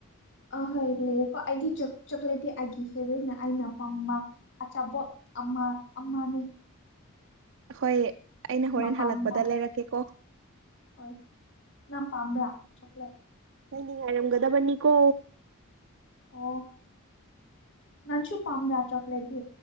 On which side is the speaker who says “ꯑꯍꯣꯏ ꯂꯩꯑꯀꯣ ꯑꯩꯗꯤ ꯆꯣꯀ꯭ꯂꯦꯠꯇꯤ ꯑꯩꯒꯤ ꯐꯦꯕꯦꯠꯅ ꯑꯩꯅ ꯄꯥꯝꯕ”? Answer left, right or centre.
Left